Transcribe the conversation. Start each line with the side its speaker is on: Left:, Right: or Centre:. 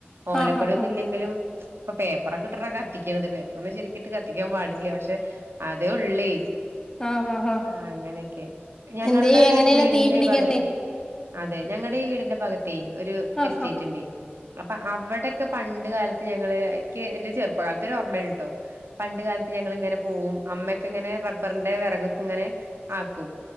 Right: ഓലക്കുടി
Left: ആഹ് ആഹ്
Right: ഒന്നും ഇല്ലെങ്കിലും ഇപ്പൊ പേപ്പറൊക്കെ ഇട്ടകത്തിക്കണത് പേപ്പറൊന്നും ശരിക്കട്ട് കത്തിക്കാൻ പാടില്ല പക്ഷെ അതേ ഉള്ളേ
Left: ആഹ് ആഹ് ആഹ്
Right: ആ അങ്ങനെയൊക്കെ ഞങ്ങളുടെ
Left: എന്ത് ചെയ്യും എങ്ങനെലും
Right: വീടിന്റെ
Left: തീ പിടിക്കണ്ടേ
Right: ഭാഗത്ത് അതെ ഞങ്ങടെ വീടിന്റെ ഭാഗത്ത് ഒരു
Left: ആഹ്
Right: എസ്റ്റേറ്റ് ഉണ്ട് അപ്പൊ അവിടെക്കെ പണ്ട് കാല ഞങ്ങള്എനിക്ക് എന്റെ ചെറുപ്പകാലത്ത് ഒരു ഓർമ്മയാണ് കേട്ടോ പണ്ട് കാലത്ത് ഞങ്ങളിങ്ങനെ പോവും അമ്മക്കെ ഇങ്ങനെ റബ്ബറിന്റെ വിറകൊക്കെ ഇങ്ങനെ ആക്കും